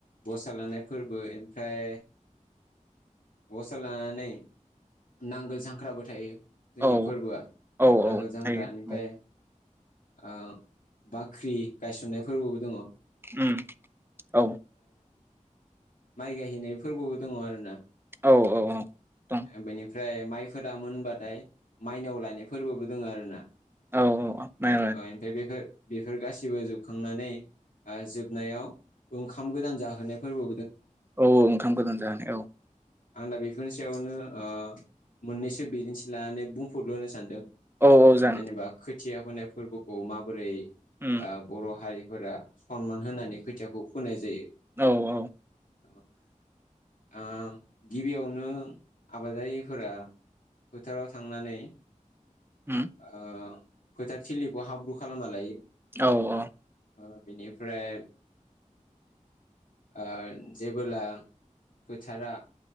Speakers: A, on the left; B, on the right.
A: सालानाय फोरबो एमफ्राय गसा लानानै नांगोल जांख्राबो थायो। जोंनिया
B: औ
A: फोरबोआ
B: औ
A: नांगोल
B: औ
A: जांख्रा
B: जायो
A: इनिफाय
B: औ
A: ओ बाख्रि गायसननाय फोरबोबो दंङ।
B: उम औ
A: माइ गायहैनाय फोरबोबो दंङ आरोना।
B: औ औ दं
A: बेनि फ्राय माइफोरा मोनबाथाय माइनाव लायनाय फोरबोबो दोंङो आरो ना।
B: औ औ माइ
A: ओयम फाय बेखो बे फोर गासिबो जोबखांनानै जोबनायाव ओंखाम गोदान जाहोनाय फोरबो
B: औऔ ओंखाम गोदान जाहोनाय औ
A: आं दा बेफोरनि सायावनो ओ मोननैसो बिदिन्थि लानानै बुंफुरलुनो सानदों।
B: औ औ जागोन
A: जेनेबा खोथ थिया फोनाय फोरबोखौ माबोरै
B: उम
A: ओ बर' हारि फोरआ सनमान होनानै खोथियाखौ फोनाय जायो।
B: औ औ
A: औ आम गिबियावनो आबादारिफोरा फोथाराव थांनानै
B: उम
A: आ फोथार थिलिखौ हाब्रु खालामना लायो।
B: औ औ
A: ओ बेनिफ्राय ओ जेबोला फोथारा